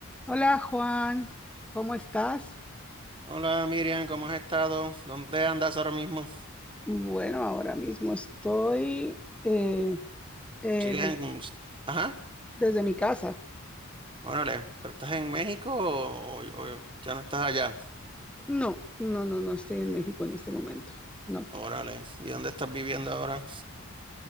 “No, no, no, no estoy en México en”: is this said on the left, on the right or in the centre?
Centre